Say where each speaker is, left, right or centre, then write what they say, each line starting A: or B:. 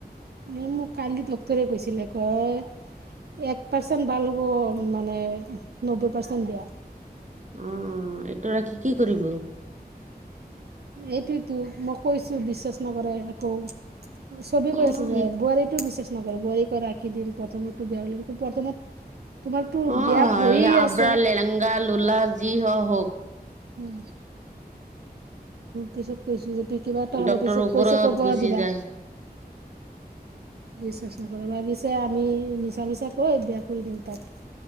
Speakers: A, on the right; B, on the right.
A: এই মোক কালি ডক্টৰে কৈছিলে কয়। এক পাৰ্চেণ্ট ভাল হ'ব মানে নব্বৈ পাৰ্চেণ্ট বেয়া।
B: উমঁ এইটো ৰাখি কি কৰিব।
A: এইটোৱতো মই কৈছোঁ বিশ্বাস নকৰে আকৌ। চবে কৈ
B: অ
A: আছে যে
B: সেই
A: বোৱাৰীটো বিশ্বাস নকৰে বোৱাৰী পৰা ৰাখি দিম প্ৰথমতো বিয়া হ'লে প্ৰথমত তোমাৰতো
B: অঁ
A: বেয়া হৈয়ে
B: আব্ৰা
A: আছে
B: লেলেংগা লোলা যি হ হওঁক।
A: উমঁ পিছত কৈছোঁ যে। কি কিবা এটা হ'লে
B: ডক্তৰৰ
A: পিছত
B: ওপৰত
A: পইচা ক'ৰ পৰা
B: গুচি
A: দিবা।
B: যায়
A: বিশ্বাস নকৰে ভাবিছে আমি মিছা মিছা কৈ বেয়া কৰি দিম তাত।